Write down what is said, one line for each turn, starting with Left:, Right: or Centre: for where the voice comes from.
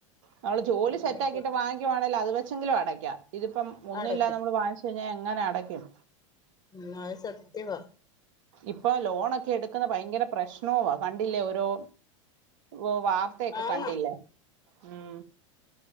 Right: നമ്മൾ ജോലി സെറ്റാകീട്ട്
Left: അത് സ
Right: വാങ്ങിക്കുവാണേൽ അത് വെ ന്തങ്കിലും അടക്കാം ഇതിപ്പം ഒന്നുല്ലാതെ
Left: അടക്ക്
Right: നമ്മള് വാങ്ങിച്ച കയിഞ്ഞ എങ്ങനെ അട <unintelligible>
Left: ന്നാ അത് സത്യവാ
Right: ഇപ്പൊ ലോണൊക്കെ എടുക്കുന്നെ ഭയങ്കര പ്രശ്നവാ കണ്ടില്ലേ ഓരോ ഓ വാർത്തയൊക്കെ
Left: ആന്ന്
Right: കണ്ടില്ലേ ഉം